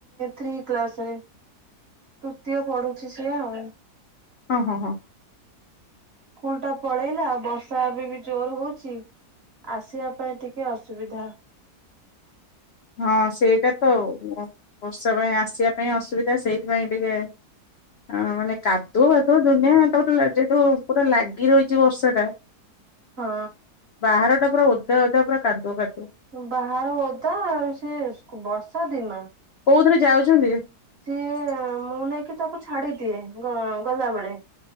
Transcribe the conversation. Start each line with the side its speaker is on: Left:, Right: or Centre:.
Right: ଥ୍ରୀ କ୍ଲାସ ରେ, ତୃତୀୟ ପଢୁଛି ସିଏ ଆଉ।
Left: ହଁ, ହଁ, ହଁ।
Right: ସ୍କୁଲ ଟା ପଳେଇଲା ବର୍ଷା ଏବେ ବି ଜୋର ହଉଛି। ଆସିବା ପାଇଁ ଟିକେ ଅସୁବିଧା।
Left: ହଁ, ସେଇଟା ତ ବର୍ଷା ପାଇଁ ଆସିବା ପାଇଁ ଅସୁବିଧା ସେଇଥିପାଇଁ ଟିକେ ହଁ, ମାନେ କାଦୁଅ ଫାଦୁଅ ଦୁନିଆ ତାପରେ ତ ଲା ଯେହେତୁ ପୁରା ଲାଗି ରହିଛି ବର୍ଷା ଟା
Right: ହଁ।
Left: ବାହାର ଟା ପୁରା ଓଦା ଓଦା ପୁରା କାଦୁଅ ଫାଦୁଅ।
Right: ବାହାର ଓଦା ଆଉ ସିଏ ବର୍ଷା ଦିନ
Left: କୋଉଥିରେ ଯାଉଛନ୍ତି?
Right: ସିଏ ମୁଁ ନେଇକି ତାକୁ ଛାଡିଦିଏ ଗ ଗଲାବେଳେ।